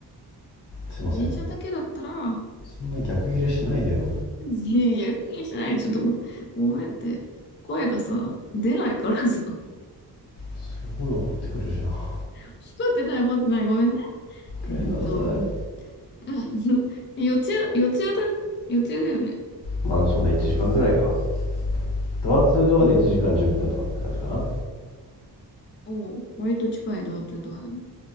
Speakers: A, on the left; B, on the left.
A: すいません。
B: 電車だけだったら、
A: そんな逆切れしないでよ。
B: いや、逆にしない。ちょっとご、ごめんって。声がさ、出ないからさ。
A: すごい怒ってくるじゃん。
B: <laughs> 聞こえてない、聞こえてない。ごめんね。えっと、
A: ごめんなさい。
B: <laughs> 四ツ谷、四ツ谷だ、四ツ谷だよね。
A: まあ、そうね、1時間ぐらいか。ドア2ドアで1時間10分とかって感じかな。
B: よ、おう、割と近いドアツードアだね。